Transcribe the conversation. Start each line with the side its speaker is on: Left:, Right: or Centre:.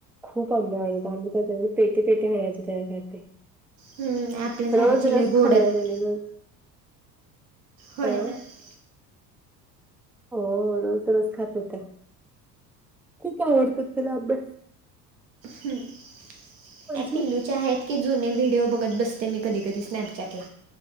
Centre: खूप आंबे आवडतो आम्ही त्याज्यासाठी पेटी पेटी न्यायचो त्याज्यासाठी
Right: हम्म, आपल्या झाडाचे
Centre: रोज रस
Right: लय गोड
Centre: खाल्लाय
Right: आहेत
Centre: त्यानी रोज.
Right: हो
Centre: हा
Right: आहे ना <unintelligible>
Centre: हो रोज रोज खात होता. खूप आवडतात त्याला आंबे.
Right: हम ह्या
Centre: अजून
Right: पिल्लूच्या हायेत. की जुने व्हिडिओ बघत बसते मी कधी कधी स्नॅपचॅटला.